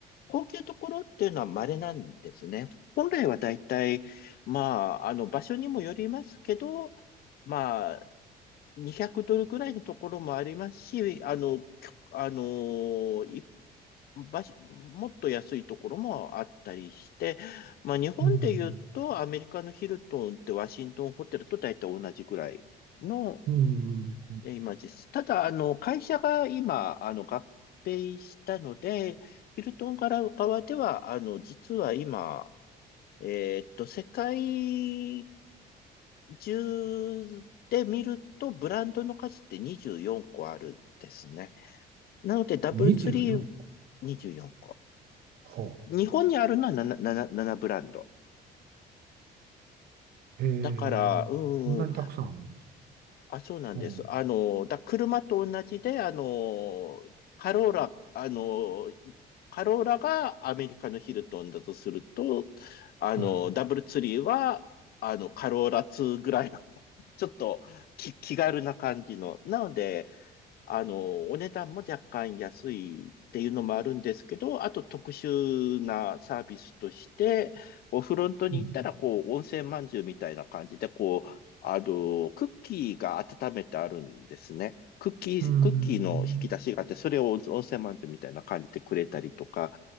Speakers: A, on the left; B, on the right.
A: 高級ところっていうのは稀なんですね。本来は大体、まあ、あの、場所にもよりますけど、まあ、200ドルぐらいのところもありますし、あの、きょあのー、い場所もっと安いところもあったりして、まあ日本で言うとアメリカのヒルトンってワシントンホテルと大体同じぐらいの
B: うん。うん。
A: えーイメージです。ただ、あの、会社が今、あの、合併したので、ヒルトン側では、あの、実は今、えーっと、世界10で見ると、ブランドの数って24個あるんですね。なので、ダブルツリー
B: 24個。
A: 24個。
B: ほ
A: 日本にあるのは 7, 7, 7ブランド。
B: う。へえ、
A: だから、うん、
B: そんなにたくさんあるんですか。
A: あ、そうなんです。
B: ほ
A: あの、だ、車と同じで、あの、カローラ、あの、カローラがアメリカのヒルトンだとすると、あの、
B: う。はい。
A: ダブルツリーは、あの、カローラ2ぐらいの、<laughs> ちょっとき気軽な感じの。なので、あの、お値段も若干安いっていうのもあるんですけど、あと特殊なサービスとして、おフロントに行ったら、
B: うん。
A: こう、温泉まんじゅうみたいな感じで、こう、あの、クッキーが温めてあるんですね。クッキー、
B: うーん。
A: クッキーの引き出しがあって、それを温泉まんじゅうみたいな感じでくれたりとか、